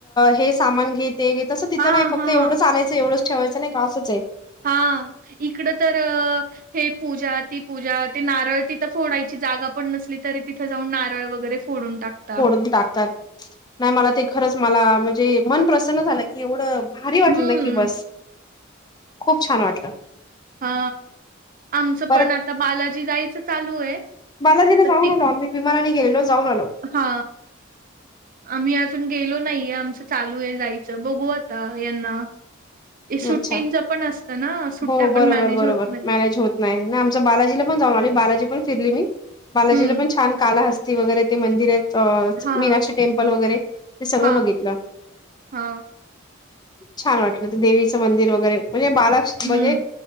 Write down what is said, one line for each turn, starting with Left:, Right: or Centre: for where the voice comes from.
Left: हे सामान घेत ते तसं तिथं
Right: हा
Left: नाही फक्त
Right: हा
Left: एवढंच आणायचं एवढंच ठेवायचं नाही का असंच आहे
Right: हा इकडं तर हे पूजा ती पूजा ते नारळ तिथं फोडायची जागा पण नसली तरी तिथे जाऊन नारळ वगैरे फोडून टाकता
Left: फोडून टाकतात नाही मला ते खरंच मला म्हणजे ते मन प्रसन्न झालं की एवढं भारी वाटलं
Right: हम्म
Left: ना की बस खूप छान वाटलं
Right: हा आमचं
Left: परत
Right: पण आता बालाजी जायचं चालू आहे
Left: बालाजीला
Right: तर
Left: जाऊन
Right: तिक
Left: आलो आम्ही विमानाने गेलेलो जाऊन आलो
Right: हा आम्ही आज अजून गेलो नाहीे आमचं चालू आहे जायचं बघू आता यांना सुट्टींच
Left: अच्छा
Right: पण असतं ना सुट्ट्या
Left: हो
Right: पण
Left: बरोबर
Right: मॅनेज
Left: बरोबर
Right: होत नाही
Left: मॅनेज होत नाही आमचं बालाजीला पण जाऊन आलो बालाजी पण फिरली मी बालाजीला
Right: हम्म
Left: पण छान काला हस्ती वगैरे ते मंदिर आहेत अ
Right: हा
Left: मीनाक्षी टेम्पल वगैरे ते सगळं
Right: हा
Left: बघितलं
Right: हा
Left: छान वाटलं देवीचं मंदिर वगैरे म्हणजे बाल म्हणजे
Right: हम्म